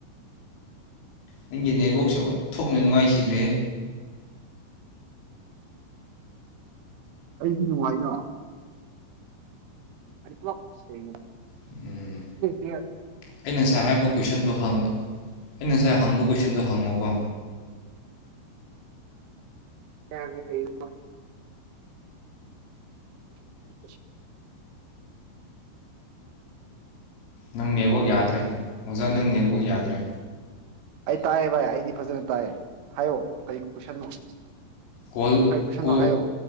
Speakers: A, on the left; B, on the right.
A: ꯅꯪꯒꯤ ꯅꯦꯠꯋꯥꯛꯁꯦ ꯑꯣꯟꯊꯣꯛꯅ ꯅꯨꯡꯉꯥꯏꯈꯤꯗ꯭ꯔꯦ
B: ꯑꯩꯒꯤ ꯅꯨꯡꯉꯥꯏꯗ ꯑꯁꯦ
A: ꯎꯝ
B: ꯀ
A: ꯑꯩꯅ ꯉꯁꯥꯏ ꯍꯥꯏꯕ ꯀꯣꯏꯁꯟꯗꯣ ꯍꯪꯉꯣ ꯑꯩꯅ ꯉꯁꯥꯏ ꯍꯪꯕ ꯀꯣꯏꯁꯟꯗꯣ ꯍꯪꯉꯣꯀꯣ
B: ꯀ <inaudible>
A: ꯅꯪ ꯅꯦꯠꯋ ꯌꯥꯗ꯭ꯔꯦ ꯑꯣꯖꯥ ꯅꯪ ꯅꯦꯠꯋ ꯌꯥꯗ꯭ꯔꯦ
B: ꯑꯩ ꯇꯥꯏꯌꯦ ꯚꯥꯏ ꯑꯩꯗꯤ ꯐꯖꯅ ꯇꯥꯏꯌꯦ ꯍꯥꯏꯌꯣ ꯀꯔꯤ ꯀꯣꯏꯁꯟꯅꯣ
A: ꯀꯣꯜ
B: ꯀꯔꯤ ꯀꯣꯏꯁꯟꯅꯣ
A: ꯀꯣ
B: ꯍꯥꯏꯌꯣ